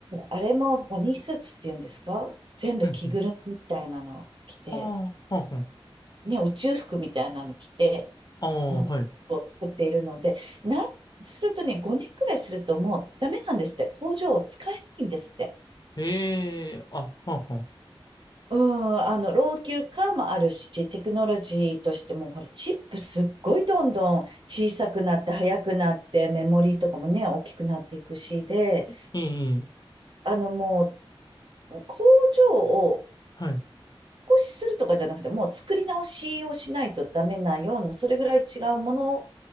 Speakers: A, on the right; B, on the left.
A: あれもバニースーツっていうんですか全部着ぐるみみたいなの着て、
B: うんうんああ、はんはん。
A: ね、宇宙服みたいなの着て、
B: ああ、
A: 本当に服を作っているので、
B: はい。
A: 何するとね、5年くらいするともうダメなんですって、工場を使えないんですって。
B: ええ、あ、はんはん。
A: うん、あの、老朽化もあるし、テクノロジーとしても、ほら、チップすっごいどんどん小さくなって、速くなって、メモリーとかもね、大きくなっていくし、で、
B: いい、いい。
A: あの、もう、工場を
B: はい。
A: 少しするとかじゃなくて、もう作り直しをしないとダメなような、それぐらい違うものを、